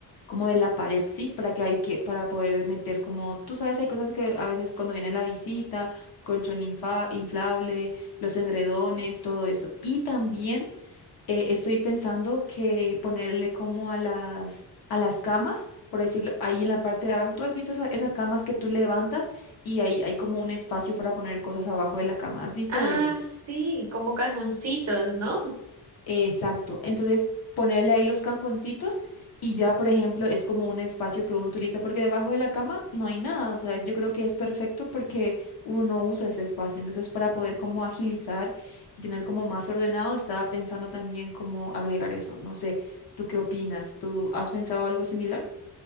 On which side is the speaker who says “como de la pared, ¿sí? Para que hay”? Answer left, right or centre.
Left